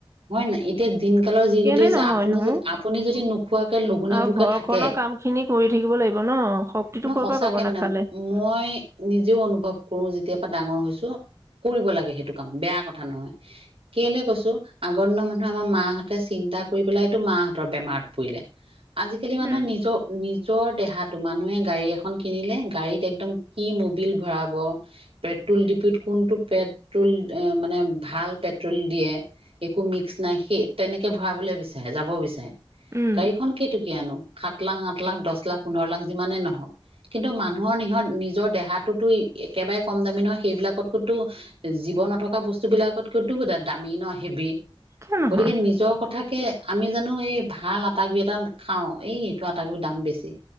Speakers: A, on the right; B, on the right.
A: হয় নাই। এতিয়া দিন কালৰ যি
B: কেলে
A: গতি হৈছে
B: নহয়নো
A: । আপুনি যদি আপুনি যদি নোখোৱাকে লঘোণে
B: অ
A: ভোকে
B: ঘৰখনৰ
A: থাকে।
B: কাম খিনি কৰি থাকিব লাগিব ন শক্তিটো ক'ৰ
A: সঁচাকে
B: পৰা পাব
A: মানে।
B: নাখালে
A: মই নিজেও অনুভৱ কৰো যে যেতিয়া পৰা ডাঙৰ হৈছো কৰিব লাগে সেইটো কাম, বেয়া কথা নহয় । কেলে কৈছো আগৰ দিনৰ মানুহে আমাৰ মাহঁতে চিন্তা কৰি পেলাইতো মাহঁতৰ বেমাৰত‌ পৰিলে। আজিকালি মানুহে
B: উম
A: নিজৰ নিজ জ্বৰ দেহাটো মানুহে গাড়ী গাড়ীখন কিনিলে গাড়ীত একদম কি মবিল ভৰাব, পেট্ৰল ডিপুত কোনটো পেট্ৰল মানে ভাল পেট্ৰল দিয়ে, একো মিক্স নাই সেই তেনেকে ভৰাবলৈ বিচাৰে যাব বিচাৰে।
B: উম
A: গাড়ীখন কেই টকীয়ানো? সাত লাখ, আঠ লাখ, দচ লাখ, পোন্ধৰ লাখ যিমানেই নহওক কিন্তু মানুহৰ নিহ নিজৰ দেহাতটোতো একেবাৰে কম দামী নহয়। সেইবিলাকতকৈতো জীৱ নথকা বস্তুবিলাকতকৈতো দামী ন হেভি।
B: কিয় নহয়
A: গতিকে নিজৰ কথা তাকে, আমি জানো এই ভাল আটা গুৰি এটা খাও ।এই এইটো আটা গুৰি দাম বেছি